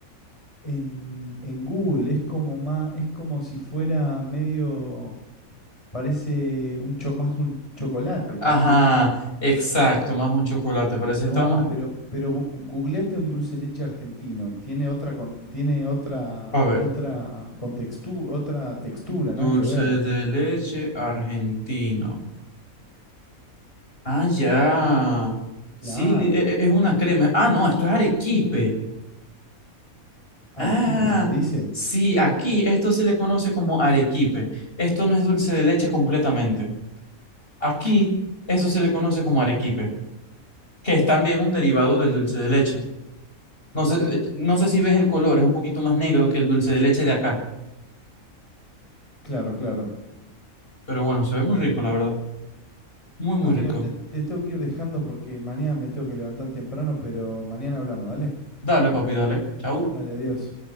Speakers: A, on the left (about 20°); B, on the left (about 40°).
A: en, en Google. Es como más, es como si fuera medio Parece un cho- más un chocolate,
B: Ajá,
A: parece tiene la-
B: exacto, más un chocolate, parece está
A: No,
B: más...
A: pero pero bu- bu- googleate un dulce de leche argentino, tiene otra con- tiene otra
B: A ver,
A: otra contextu- otra textura, nada
B: dulce
A: que ver.
B: de leche argentino. Ah, ya.
A: Claro.
B: Sí, li- e- e- es una crema. Ah, no, esto es arequipe.
A: Arequipe
B: Ah,
A: se le dice.
B: sí, aquí esto se le conoce como arequipe. Esto no es dulce de leche completamente. Aquí eso se le conoce como arequipe, que es también un derivado del dulce de leche. No sé, eh, no sé si ves el color, es un poquito más negro que el dulce de leche de acá.
A: Claro, claro.
B: Pero bueno, se ve muy rico, la verdad. Muy, muy
A: Amigo,
B: rico.
A: te, te tengo que ir dejando porque mañana me tengo que levantar temprano, pero mañana hablamos, dale.
B: Dale, papi, dale. Chau.
A: Dale, adiós.